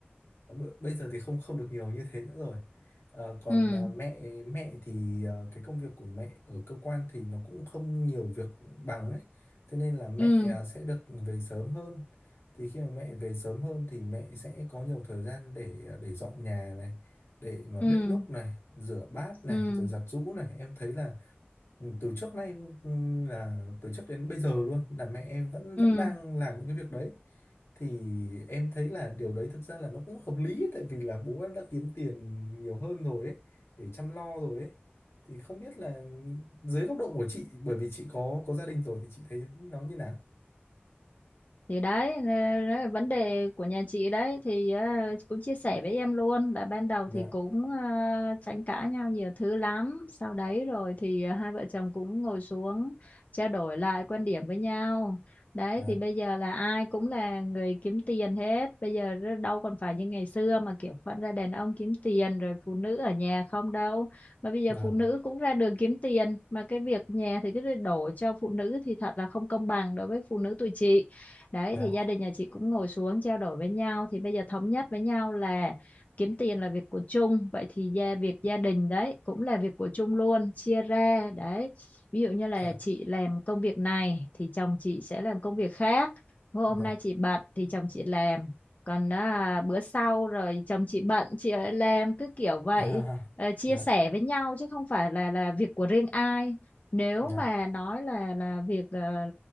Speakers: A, on the left; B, on the left.
A: Ờ, B- bây giờ thì không không được nhiều như thế nữa rồi Ờ, còn
B: ừ
A: à, mẹ mẹ thì ờ, cái công việc của mẹ ở cơ quan thì nó cũng không nhiều việc bằng ấy thế nên là mẹ
B: ừ
A: à, sẽ được về sớm hơn thì khi mà mẹ về sớm hơn thì mẹ sẽ có nhiều thời gian để à, để dọn nhà này để mà
B: ừ
A: bếp núc này rửa bát này
B: ừ
A: rồi giặt giũ này em thấy là Ừ, từ trước nay ừ, là từ trước đến bây giờ luôn là mẹ em vẫn vẫn
B: ừ
A: đang làm những cái việc đấy thì em thấy là điều đấy thực ra là nó cũng hợp lý ấy, tại vì là bố em đã kiếm tiền nhiều hơn rồi ấy để chăm lo rồi ấy thì không biết là dưới góc độ của chị bởi vì chị có có gia đình rồi thì chị thấy nó như nào
B: thì đấy, nè, đấy là vấn đề của nhà chị đấy thì ờ, cũng chia sẻ với em luôn là ban đầu
A: dạ
B: thì cũng ờ, tranh cãi nhau nhiều thứ lắm sau đấy rồi thì ờ, hai vợ chồng cũng ngồi xuống trao đổi lại quan điểm với nhau đấy
A: dạ
B: thì bây giờ là ai cũng là người kiếm tiền hết bây giờ r- đâu còn phải như ngày xưa mà kiểu phân ra đàn ông kiếm tiền rồi phụ nữ ở nhà không đâu mà bây giờ
A: vâng
B: phụ nữ cũng ra đường kiếm tiền mà cái việc nhà thì cứ đổ cho phụ nữ thì thật là không công bằng đối với phụ nữ tụi chị đấy
A: dạ
B: thì gia đình nhà chị cũng ngồi xuống trao đổi với nhau thì bây giờ thống nhất với nhau là kiếm tiền là việc của chung vậy thì gia việc gia đình đấy cũng là việc của chung luôn chia ra đấy ví dụ như là
A: dạ
B: chị làm công việc này thì chồng chị sẽ làm công việc khác hôm
A: dạ
B: nay chị bận thì chồng chị làm còn à, bữa sau rồi chồng chị bận chị lại làm cứ kiểu vậy
A: à, <laughs>
B: Ờ, chia sẻ
A: dạ
B: với nhau chứ không phải là là việc của riêng ai nếu
A: dạ
B: mà nói là là việc ờ,